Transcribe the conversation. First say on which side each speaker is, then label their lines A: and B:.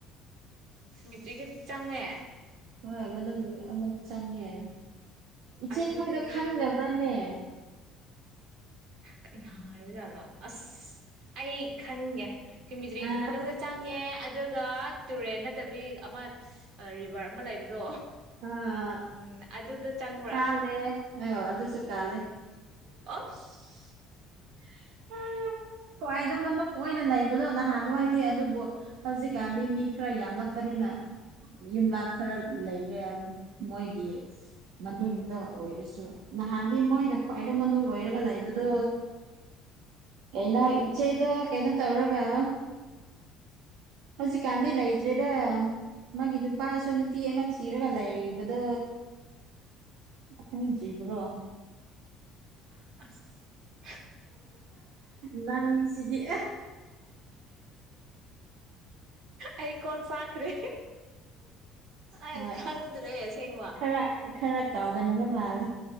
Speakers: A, on the right; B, on the right.
A: ꯁꯤꯃꯤꯇ꯭ꯔꯤꯗ ꯆꯪꯉꯦ
B: ꯍꯣꯏ ꯃꯅꯨꯡ ꯑꯃꯨꯛ ꯆꯪꯉꯦ ꯏꯆꯦꯈꯣꯏꯗ
A: ꯑꯗꯨꯗꯤ
B: ꯈꯪꯗꯕ꯭ꯔꯥꯅꯦ
A: ꯀꯟꯍꯥꯏꯕꯖꯥꯠꯂꯣ ꯑꯁ ꯑꯩ ꯈꯟꯒꯦ ꯁꯤꯟꯕꯤꯖ꯭ꯔꯤꯗꯨ
B: ꯑ
A: ꯃꯅꯨꯡꯗ ꯆꯪꯉꯦ ꯑꯗꯨꯒ ꯇꯨꯔꯦꯟ ꯅꯠꯇꯕꯤ ꯑꯃ ꯔꯤꯕ꯭ꯔ ꯑꯃ ꯂꯩꯕꯗꯣ
B: ꯑꯥ
A: ꯎꯝ ꯑꯗꯨꯗꯨ ꯆꯪꯕ꯭ꯔ
B: <unintelligible> ꯑ ꯑꯗꯨꯁꯨ ꯀꯥꯂꯦ
A: ꯑꯁ
B: <unintelligible> ꯑꯣꯏꯅ ꯂꯩꯕꯗꯣ ꯅꯍꯥꯟ ꯋꯥꯏꯗꯤ ꯑꯗꯨꯕꯨ ꯍꯧꯖꯤꯛꯀꯥꯟꯗꯤ ꯃꯤ ꯈꯔ ꯌꯥꯝꯂꯛꯄꯅꯤꯅ ꯌꯨꯝ ꯂꯥꯛ ꯈꯔ ꯂꯩꯔꯦ ꯃꯣꯏꯒꯤ ꯃꯅꯨꯡꯗ ꯑꯣꯏꯔꯁꯨ ꯅꯍꯥꯟꯗꯤ ꯃꯣꯏꯅ ꯈ꯭ꯋꯥꯏꯗ ꯃꯅꯨꯡ ꯑꯣꯏꯔꯒ ꯂꯩꯕꯗꯣ ꯀꯩꯅꯣ ꯏꯆꯦꯗꯣ ꯀꯩꯅꯣ ꯇꯧꯔꯒ ꯍꯧꯖꯤꯛ ꯀꯟꯗꯤ ꯂꯩꯇ꯭ꯔꯦꯗ ꯃꯥꯒꯤ ꯅꯨꯄꯥꯁꯨ ꯅꯨꯄꯤ ꯑꯃ ꯊꯤꯔꯒ ꯂꯩꯕꯗꯣ ꯈꯪꯖꯤꯕ꯭ꯔꯣ
A: ꯑꯁ
B: ꯅꯪ ꯁꯤꯗꯤ
A: ꯑꯩ ꯀꯣꯛ ꯆꯥꯛꯈ꯭ꯔꯦ ꯑ
B: ꯍꯣꯏ
A: ꯈꯪꯗ꯭ꯔꯦꯁꯦꯡꯕ
B: ꯈꯔ ꯈꯔ ꯀꯥꯎꯒꯟꯕ ꯃꯥꯜꯂꯦ